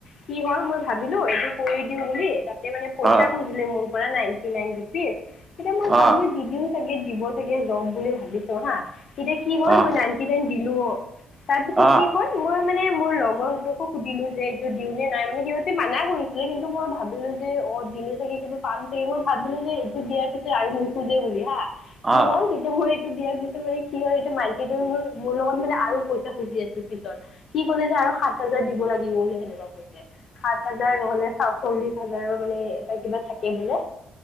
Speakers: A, on the left; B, on the right.
A: কি হ'ল মই ভাবিলোঁ এইটো কৰি দিওঁ বুলি তাত তে মানে পইচা
B: অ',
A: খুজিলে মোৰ পৰা নাইনটি নাইন ৰুপিজ তেতিয়া মই ভাবিলোঁ
B: অ',
A: দি দিও চাগে দিব চাগে জব বুলি ভাবিছোঁ হা, তেতিয়া কি হ'ল
B: অ',
A: মই নাইনটি নাইন দিলোঁ অ'। তাৰপিছত
B: অ',
A: কি কয় মই মানে মোৰ লগৰহঁতকো সুধিলোঁ যে এইটো দিওঁ নে নাই মানে সিহঁতে মানা কৰিছি লে কিন্তু মই ভাবিলোঁ যে অ' দিলে চাগে কিন্তু পাম চাগে, মই ভাবিলোঁ যে এইটো দিয়াৰ পিছত আৰু নোখোজে বুলি হা, কি
B: অ'
A: হ'ল তে মই এইটো দিয়াৰ পিছত মানে কি হ'ল এইটো মাইকীটোৱে মোৰ মোৰ লগত মানে আৰু পইচা খুজি আছিল পিছত। কি ক'লে যে আৰু সাত হাজাৰ দিব লাগিব বুলি সেনেকুৱা কৈছে। সাত হাজাৰ নহ'লে সা-চল্লিশ হাজাৰৰ মানে এটা কিবা থাকে বোলে।